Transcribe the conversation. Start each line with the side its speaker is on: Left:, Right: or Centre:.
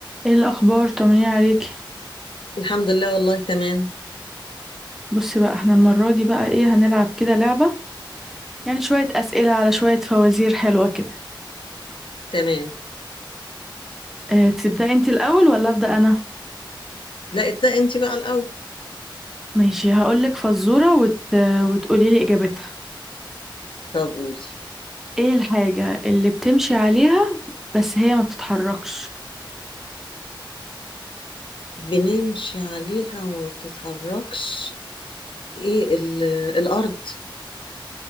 Centre: ايه الاخبار طمنين عليك
Left: الحمد لله والله تمام
Centre: بصي بقى احنا المره دي بقى ايه هنلعب كده لعبه يعني شويه اسئله على شويه فوازير حلوه كده
Left: تمام
Centre: اه تبداي انت الاول ولا ابدا انا
Left: لا ابدأ انت بقى الأول
Centre: ماشي هقولك فزوره وت... وتقولي لي اجابتها
Left: طب قولي
Centre: ايه الحاجه اللي بتمشي عليها بس هي ما بتتحركش
Left: بنمشي عليها وما بتتحركش ايه ال- الأرض